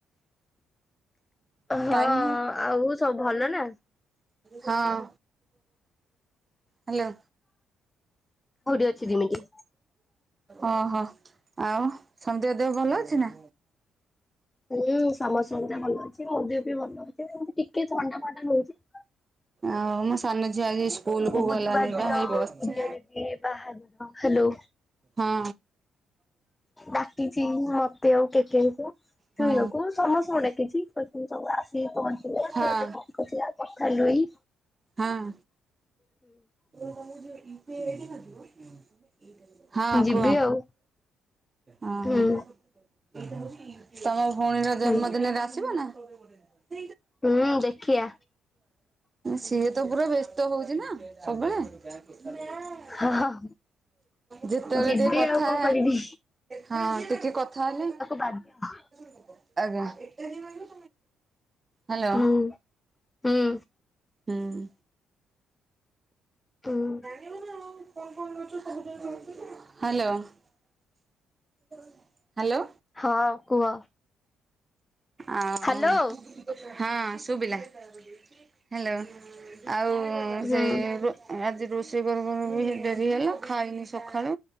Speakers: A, on the left; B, on the right.
A: ହଁ
B: ଟାଇମ୍
A: ଆଉ ସବୁ ଭଲ ନା?
B: ହଁ ହାଲୋ
A: କଉଠି ଅଛି ଦିମିତି।
B: ଓହୋ, ଆଉ ସଞ୍ଜୟ ଦେହ ଭଲ ଅଛି ନା?
A: ହୁଁ ସମସ୍ତଙ୍କ ଭଲ ଅଛି ସଞ୍ଜୟ ବି ଭଲ ଅଛି ଏମତି ଟିକେ ଥଣ୍ଡା ଫଣ୍ଡା ରହୁଛି।
B: ଆ ମୋ ସାନ ଆଜି ସ୍କୁଲ
A: ବୁଧବାର
B: କୁ ଗଲାନି ବା
A: ଦିନ
B: ହେଇ ବସିଛି।
A: ପୂଜା ଦିଦି ବାହାଘର ହ୍ୟାଲୋ
B: ହଁ
A: ଡାକିଛି ମ ସେଆଉ କେକେଇକୁ
B: ହଁ
A: ଚୁଇଆକୁ ସମସ୍ତଙ୍କୁ ଡାକିଛି ସବୁ ଆସିିକି ପହଞ୍ଚିଵେ ଏ
B: ହଁ
A: ସେ <unintelligible> <unintelligible> ପକା ଲୁଇ।
B: ହଁ ଏଇ ମାନଙ୍କୁ ଟିକିଏ <unintelligible> ହଁ
A: ଯିବି
B: କୁହ?
A: ଆଉ
B: ହ
A: ହୁଁ
B: ହ ତମ ଭଉଣୀର
A: ହୁଁ।
B: ଜନ୍ମଦିନରେ ଆସିବ ନା? <unintelligible>
A: ହୁଁ ଦେଖିଆ
B: ସିଏ ତ ପୁରା ବ୍ୟସ୍ତ ହଉଛି ନା ସବୁବେଳେ <unintelligible>
A: ଆ ହଁ
B: ଯେତେବେଳେ
A: ଯିବି
B: ଟିକେ କଥା
A: ଆଉ କଣ କରିବି
B: ହଁ ଟିକେ କଥା ହେଲେ
A: ଆଜ୍ଞା।
B: ଆଜ୍ଞା। ହାଲୋ
A: ହୁଁ ହୁଁ
B: ହୁଁ ଉଁ
A: ହୁଁ
B: <unintelligible> ଫୋନ୍ ଫୋନ୍ ନଉଛ ସବୁଜାକ, ହାଲୋ ହାଲୋ
A: ହଁ କୁହ?
B: ଆଉ
A: ହ୍ୟାଲୋ।
B: ହଁ ଶୁଭିଲା ହ୍ୟାଲୋ ଆଉ
A: ହୁଁ
B: ସେଆକୁ ଆଜି ସେଇ <unintelligible> ବି ଡେରି ହେଲା ଖାଇନି ସଖାଳୁ